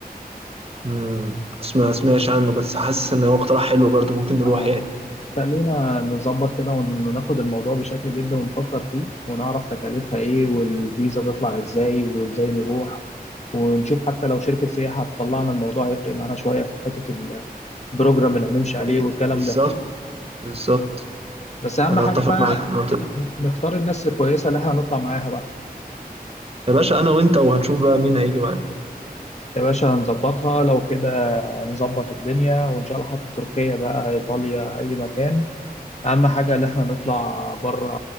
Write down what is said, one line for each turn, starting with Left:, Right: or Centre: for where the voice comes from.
Right: مم، بس ما سمعش عنه بس حاسس ان هو اقتراح حلو برضو ممكن نروح
Left: اه
Right: يعني
Left: خلينا نظبط كده وناخد الموضوع بشكل جدا ونفكر فيه ونعرف تكاليفها ايه والفيزا تطلع ازاي وازاي نروح ونشوف حتى لو شركة سياحة هتطلعنا الموضوع هيفرق معانا شوية في حتة البروجرام اللي هنمشي عليه
Right: يا ريت
Left: والكلام
Right: بالظبط
Left: ده
Right: بالظبط
Left: بس أهم
Right: انا
Left: حاجة
Right: اتفق
Left: بقى
Right: معاك في النقطة دي
Left: نختار الناس الكويسة اللي احنا هنطلع معاها بقى
Right: يا باشا انا وانت وهنشوف بقى مين هيجي معانا
Left: يا باشا هنظبطها لو كده هنظبط الدنيا وإن شاء الله حتى تركيا بقى إيطاليا أي مكان أهم حاجة إن إحنا نطلع بره